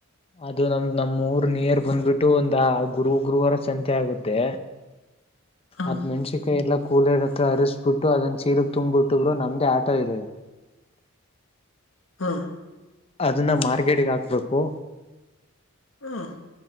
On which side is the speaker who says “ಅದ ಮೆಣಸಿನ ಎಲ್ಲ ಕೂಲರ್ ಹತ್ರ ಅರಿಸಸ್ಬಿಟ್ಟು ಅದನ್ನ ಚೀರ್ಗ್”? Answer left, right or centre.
Left